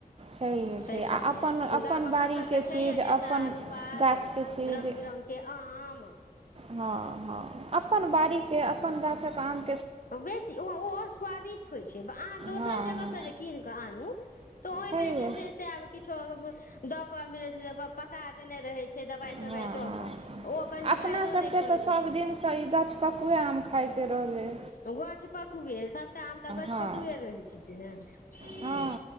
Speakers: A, on the right (about 40°); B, on the left (about 70°).
A: छैहे
B: ताहि
A: छै आ
B: दुआरे
A: अपन अपन
B: गामक
A: बाड़ीके
B: एखन तऽ छैहियै
A: चीज अपन
B: जे, साग- पात
A: गाछके चीज
B: रङ्ग बिरङ्ग के आम।
A: हँ- हँ अपन बाड़ी के, अपन गाछक आम।
B: बेसी ओ-ओ आओर स्वादिष्ट होइत छै, अहाँ दोसर
A: हँ
B: जगहसँ
A: हँ
B: जे कीन कऽ आनू तऽ ओहिमे
A: छैहे
B: जे छै से आब, किछो दऽ कऽ पका देने रहै छै, दबाइ -तबाइ
A: हँ
B: दऽ
A: हँ
B: कऽ। ओ कनी
A: अपना
B: फायदो
A: सभके
B: नहि करैत
A: सभ
B: छै।
A: दिनसँ तऽ ई गछ पकुए आम खााय के रहले
B: गछ पकुए, सभटा आम तऽ गछ
A: हँ
B: पकुए रहै छै कि ने ओ,
A: हँ